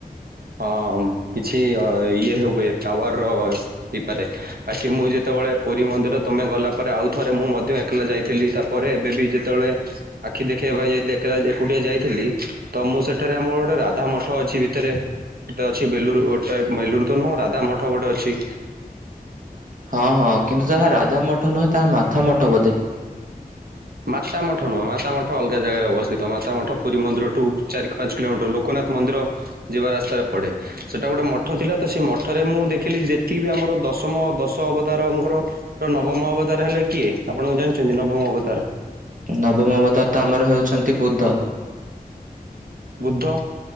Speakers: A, on the right (about 75°); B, on the right (about 55°).
A: ଅମ କିଛି ଅ ଇଏ ହେଉବେ ପାୱାର ର ହେଇପାରେ ବାକି ମୁଁ ଯେତେବ ଯେତବେଳେ ପୁରୀ ମନ୍ଦିର ତମେ ଗଲା ପରେ ଆଉ ଥରେ ମୁଁ ମଧ୍ୟ ଏକଲା ଯାଇଥିଲି ତାପରେ ଏବେ ବି ଯେତବେଳେ ଆଖି ଦେଖେଇବା ପାଇଁ ଯାଇଥିଲି ଏକଟ ଏକୁଟିଆ ଯାଇଥିଲି ତ ମୁଁ ସେଠାରେ ଆମର ଗୋଟିେ ରାଧା ମଠ ଅଛି ଭିତରେ ଗୋଟେ ଅଛି ବେଲୁରୁ ଗୋଟେ ବେଲୁରୁ ତ ନୁହଁ ରାଧା ମଠ ଗୋଟେ ଅଛି।
B: ହଁ ହଁ କିନ୍ତୁ ତାହା ରାଧା ମଠ ନୁହେଁ ତାହା ମାଥା ମଟ ବୋଧେ।
A: ମାତା ମଠ ନୁହଁ ମାତା ମଠ ଅଲଗା ଜାଗାରେ ଅବସ୍ଥିତ ମାତା ମଠ ପୁରୀ ମନ୍ଦିରଠୁ ଚାରି ପାଞ୍ଚ କିଲୋମିଟର ଲୋକ ନା ନାଥ ମନ୍ଦିର ଯିବା ରାସ୍ତାରେ ପଡେ ସେଟା ଗୋଟେ ମଠ ଥିଲା ତ ସେଇ ମଠରେ ମୁଁ ଦେଖିଲି ଯେତିକି ଆମର ଦଶମ ଦଶ ଅବତାରଙ୍କର ନବମ ଅବତାର ହେଲେ କିଏ ଆପଣ ଜାଣିଛନ୍ତି ନବମ ଅବତାର?
B: ନବମଅବତାର ତ ଆମର ହେଉଛନ୍ତି ବୁଦ୍ଧ।
A: ବୁଦ୍ଧ।